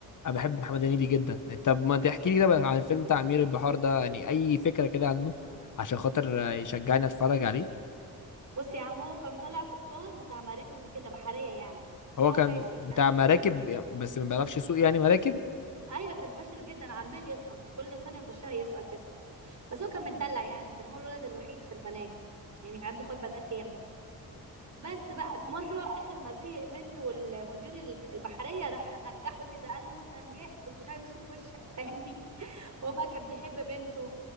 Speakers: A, on the left (about 55°); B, on the right (about 50°).
A: انا بحب محمد هنيدي جدا طب ما تحكي لي كده بقى عن الفيلم بتاع امير البحار ده يعني اي فكره كده عنه عشان خاطر يشجعني اتفرج عليه
B: بص يا عم هو كان طالع قبطان بتاع مراكب وكده بحرية يعني بس
A: هو
B: هو
A: كان
B: فاشل
A: بتاع
B: كان
A: مراكب بس ما بيعرفش يسوق يعني مراكب
B: <laughs> ايوه كان فاشل جدا عمال يسقط كل سنة يخشها يسقط يسقط بس هو كان متدلع يعني عشان هو الولد الوحيد في البنات يعني كان عنده اخوات بنات ياما بس بقى في مرة اخر ما زهق منه المدير الب- البحرية راح نجحه كده قال له انت نجحت ومش عايز اشوف وشك تاني <laughs> هو بقى كان بيحب بنته